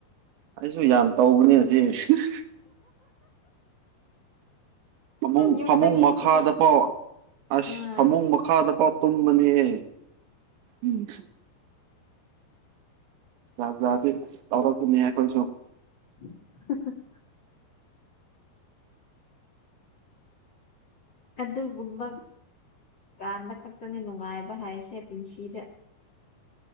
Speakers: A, on the right; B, on the left.
A: ꯑꯩꯁꯨ ꯌꯥꯝ ꯇꯧꯕꯅꯦ ꯑ <unintelligible> ꯐꯃꯨꯡ
B: ꯌꯨꯝꯗꯒꯤꯗꯤ
A: ꯐꯃꯨꯡ ꯃꯈꯥꯗꯐꯥꯎ ꯑꯁ
B: ꯎꯝ
A: ꯐꯃꯨꯡ ꯃꯈꯥꯗꯐꯥꯎ ꯇꯨꯝꯕꯅꯤꯍ‌ꯦ ꯎꯝ ꯖꯥꯠꯖꯥꯠꯗꯤ ꯑꯁ ꯇꯧꯔꯛꯄꯅꯤ ꯑꯈ‌ꯣꯏꯁꯨ
B: <inaudible> ꯑꯗꯨꯒꯨꯝꯕ ꯀꯥꯟꯗ ꯈꯛꯇꯅ‌ꯦ ꯅꯨꯡꯉꯥꯏꯕ ꯍꯥꯏꯁꯦ ꯄꯨꯟꯁꯤꯗ